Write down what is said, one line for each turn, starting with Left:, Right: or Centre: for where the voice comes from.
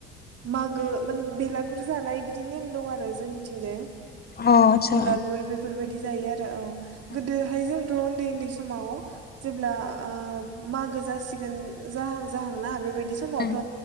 Right: मागो माने बेलागुर जानाय बिदि नेम दं आरो जोंनिथिंजाय।
Left: आतसा
Right: बेलागुर बेफोरबायदि जायो आरो औ
Left: उम
Right: गोदोहाय जोंथ' ओन्दै ओन्दै समाव जेब्ला मागो जासिगोन जाहां जाहांना बेबायदि समावथ'
Left: उम